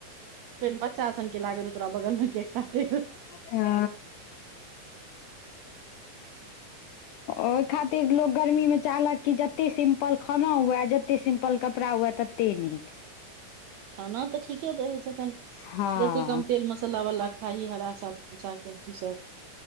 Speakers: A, on the right; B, on the left.
A: बच्चाासन के लागे रहौ तोरा बगल मे के काटैत
B: अ ओहि खातिर लोग गर्मी मे चाहलक कि जत्ते सिम्पल खाना हुए जते सिम्पल कपड़ा हुए त ते निक
A: खाना त ठीके दहै जखन
B: हँ
A: जतेक कम तेल मसाला वाला खाही हरा साग सब्जी सब